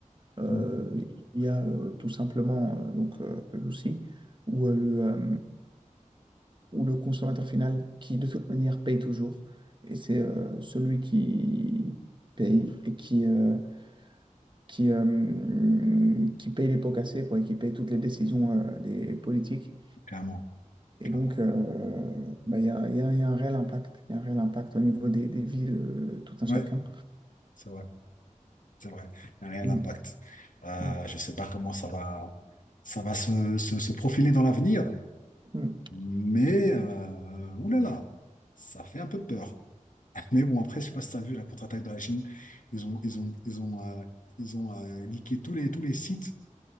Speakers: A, on the right; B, on the left.
A: euh,
B: Mm.
A: il y a euh, tout simplement euh, donc euh, le souci où euh, le euh, où le consommateur final qui de toute manière paye toujours et c'est euh, celui qui paye et qui euh, qui euh, qui paye les pots cassés quoi et qui paye toutes les décisions euh, des politiques
B: Clairement,
A: et
B: clairement.
A: donc, euh, bah, il y a, il y a- il y a un réel impact. Il y a un réel impact au niveau des, des vies de tout un
B: Ouais,
A: chacun.
B: c'est vrai, c'est vrai. Il y a un réel
A: Mm,
B: impact. Euh,
A: mm,
B: je sais pas comment ça va, ça va se, se- se profiler dans l'avenir,
A: mm.
B: mais euh, oulala, ça fait un peu peur. Mais bon, après, je sais pas si tu as vu la contre-attaque de la Chine. Ils ont, ils ont, ils ont, euh, ils ont euh, niqué tous les, tous les sites